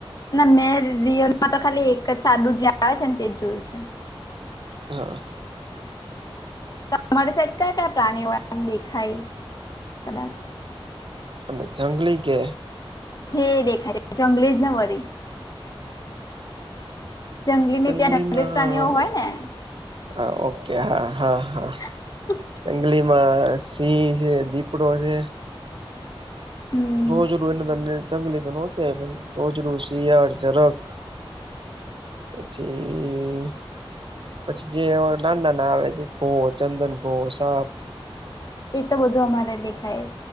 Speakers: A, on the left; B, on the right.
A: ના મેં રિયલમાં તો ખાલી એક જ સાડું જ્યાં આવે છે ને તે જ જોયું છે.
B: હહ
A: તમારી સાઇડ કયા કયા પ્રાણીઓ આમ દેખાય કદાચ.
B: એટલે જંગલી કે?
A: જે દેખાય જંગલી જ ને વરી. જંગલીને
B: જંગલીમાં
A: ત્યાં જંગલી પ્રાણીઓ હોય ને
B: હ ઓકે હા હા હા.
A: <inaudible>
B: જંગલીમાં સિંહ છે, દીપડો છે.
A: હમ
B: રોજરૂ એને તો જંગલી તો નો કેવાય પણ રોજરૂ શિયાળ, જરખ. પછી પછી જે નાના નાના આવે જે ગો, ચંદન ગો, સાપ.
A: એ તો બધું અમારે દેખાય.